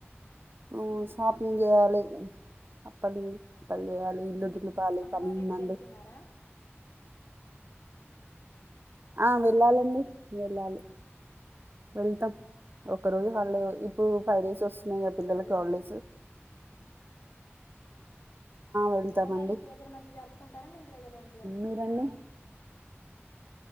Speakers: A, on the right (about 50°); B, on the left (about 70°).
A: హ్మ్మ్
B: అవునా
A: షాపిింగ్ చేయాలి అప్పలి పళ్ వయాలి ఇల్లుదులపాలి
B: ఉహు అమ్మ
A: పనుందండి
B: వాళ్ళ ఇంటికి వెళ్తున్నారా
A: ఆ వెళ్ళాలండి
B: ఉహు
A: వెళ్ళాలి వెళ్తాం ఒక్క రోజు హాలిడే ఇప్పుడు ఫైవ్
B: ఉహు
A: డేస్ వస్తున్నాయి గా పిల్లలకి
B: వెళ్తారా
A: హాలిడేస్ వెళ్తామండి
B: అమ్మ వాళ్ళ ఇంటి దగ్గర మంచిగా జరుపుకుంటారా మీ ఇంటి దగ్గర మంచిగా జరుపుకుంటారా
A: మీరండి
B: పండుగ